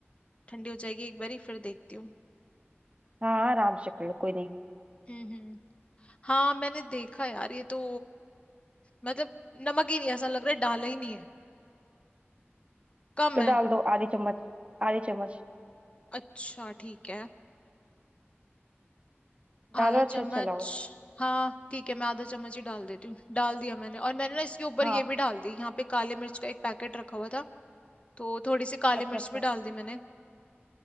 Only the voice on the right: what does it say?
हाँ हाँ, आराम से कर लो कोई नहीं
तो
डाल दो आधी चम्मच आधी चम्मच
डालो
अच्छे से चलाओ उसको
हाँ
अच्छा
अच्छा